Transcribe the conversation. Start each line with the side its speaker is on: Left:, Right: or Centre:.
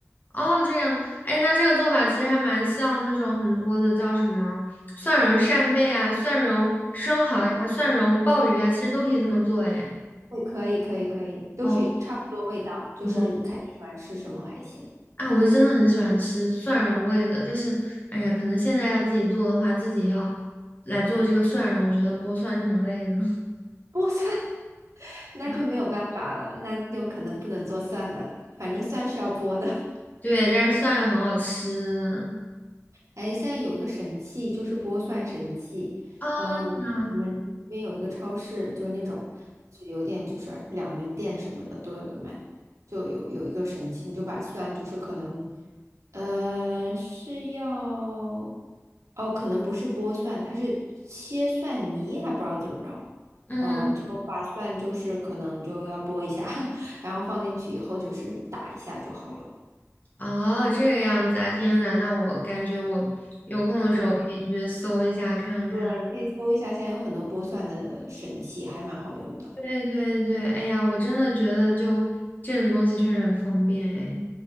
Left: 哦，这样，哎，那这个做法其实还蛮像那种很多的叫什么蒜蓉扇贝啊、蒜蓉生蚝呀、
Right: 哎，
Left: 蒜蓉鲍鱼啊，其实都可以这么做，哎。
Right: 对，可以，可以，可以，都是差不多味道，
Left: 哦，
Right: 就是你看你喜欢吃什么海鲜。
Left: 不错啊，我是真的很喜欢吃蒜蓉味的，但是，哎呀，可能现在要自己做的话，自己要来做这个蒜蓉，我觉得剥蒜挺累的。
Right: 剥蒜，<laughs> 那就没有办法了，
Left: <laughs>
Right: 那就可能不能做蒜的了反正蒜是要剥的。<laughs>
Left: 对，但是蒜又很好吃
Right: 哎，现在有一个神器，就是剥蒜神器。
Left: 啊，
Right: 嗯、我我们这边有一个超市，
Left: 那
Right: 就那种就有点就是两元店什么的都有的卖，就有有一个神器，你就把蒜就是可能，呃，是要哦，可能不是剥蒜，它是切蒜泥，还不知道怎么着。
Left: 嗯，
Right: 哦，你就把蒜就是可能你就要剥一下，<laughs> 然后放进去以后就是打一下就好了。
Left: 哦，这个样子啊，天呐，那我感觉我有空的时候可以去搜一下看看。
Right: 你。对，你可以搜一下，现在有很多剥蒜的神器，还蛮好用的。
Left: 对对对，哎呀，我真的觉得就这种东西确实很方便哎。